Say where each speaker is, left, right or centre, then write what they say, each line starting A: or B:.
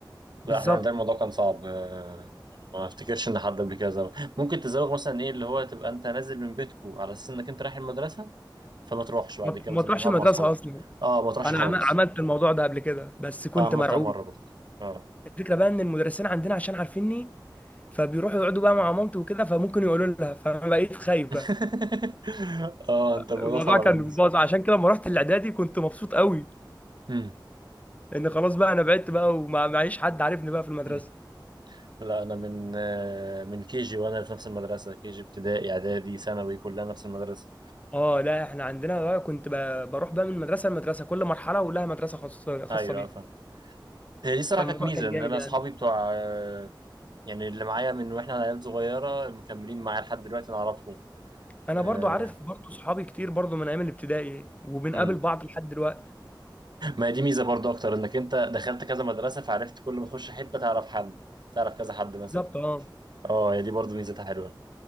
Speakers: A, on the left (about 15°); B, on the right (about 60°).
A: بالظبط
B: لا احنا عندنا الموضوع كان صعب آه، ما افتكرش ان حد قبل كده زوغ ممكن تزوغ مثلا ايه اللي هو تبقى انت نازل من بيتكو على اساس انك انت رايح المدرسه فما تروحش بعد
A: ما
B: كده
A: ما
B: مثلا
A: تروحش
B: تروح تقعد
A: المدرسه
B: مع اصحابك
A: اصلا
B: اه ما تروحش
A: انا
B: خالص
A: عم- عملت الموضوع ده قبل كده بس كنت
B: اه عملتها
A: مرعوب
B: مره برضه اه
A: الفكره بقى ان المدرسين عندنا عشان عارفيني فبيروحوا يقعدوا بقى مع مامتي وكده فممكن يقولوا لها فانا بقيت خايف
B: <laughs>
A: بقى
B: اه انت الموضوع
A: الموضوع
B: صعب
A: كان
B: بالنسبه
A: باظ عشان كده لما رحت الاعدادي كنت مبسوط قوي
B: مم.
A: ان خلاص بقى انا بعدت بقى ومعيش حد عارفني بقى في المدرسه
B: مم. لا انا من آه، من كي جي وانا في نفس المدرسه كي جي ابتدائي اعدادي ثانوي كلها نفس المدرسه
A: اه لا احنا عندنا بقى كنت ب- بروح بقى من مدرسه لمدرسه كل مرحله ولها مدرسه خاصه خاصه
B: ايوه
A: بيها
B: فاهم هي دي صراحه
A: فالموضوع
B: كانت ميزه
A: كان
B: ان
A: جامد
B: انا
A: يعني
B: اصحابي بتوع آه، يعني اللي معايا من واحنا عيال صغيرة مكملين معايا لحد دلوقتي نعرفهم
A: انا
B: آه.
A: برضو عارف برضو صحابي كتير برضو من ايام الابتدائي وبنقابل
B: مم.
A: بعض لحد دلوقتي
B: ما هي دي ميزة برضو أكتر إنك أنت دخلت كذا مدرسة فعرفت كل ما تخش حتة تعرف حد تعرف كذا حد مثلا
A: بالظبط اه
B: اه هي دي برضو ميزتها حلوة